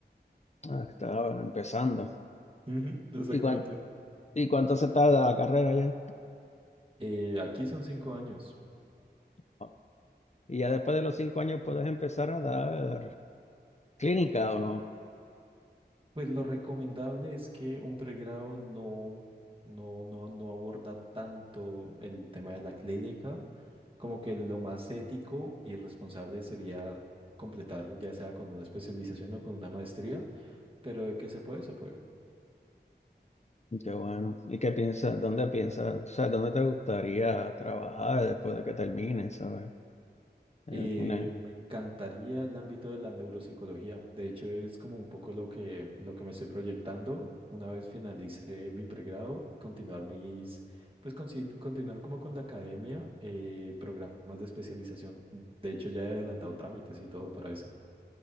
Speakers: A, on the left; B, on the right.
A: Ah, estaba empezando.
B: <laughs> Ujú, Exactamente.
A: ¿Y, cuán- y cuánto se tarda la carrera ya?
B: Eh, aquí son cinco años.
A: Oh. Y ya después de los cinco años puedes empezar a dar clínica o no.
B: Pues lo recomendable es que un pregrado no, no, no, no aborda tanto el tema de la clínica, como que lo más ético y responsable sería completar ya sea con una especialización o con una maestría Pero de que se puede, se puede.
A: Qué bueno. ¿Y qué piensas? ¿Dónde piensas? O sea, ¿dónde te gustaría trabajar después de que termines? ¿Sabes? Eh,
B: Eh,
A: una-
B: me encantaría el ámbito de la neuropsicología. De hecho, es como un poco lo que, lo que me estoy proyectando. Una vez finalice mi pregrado, continuar mis, pues consi- continuar como con la academia, eh, programas de especialización. De hecho, ya he adelantado trámites y todo para eso.